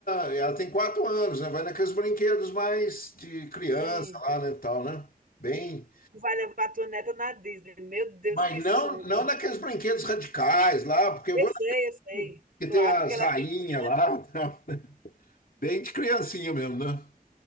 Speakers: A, on the left (about 65°); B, on the right (about 65°).
A: na, ela tem quatro anos, né? Vai naqueles brinquedos mais de criança
B: Sim.
A: lá, né, tal, né? Bem,
B: Vai levar tua neta na Disney. Meu Deus,
A: mas
B: que
A: não,
B: sonho.
A: não naqueles brinquedos radicais lá, porque eu
B: Eu
A: vou
B: sei,
A: na-
B: eu sei.
A: que
B: Claro,
A: tem as
B: porque ela
A: rainhas
B: é pequena.
A: lá, <laughs> bem de criancinha mesmo, né?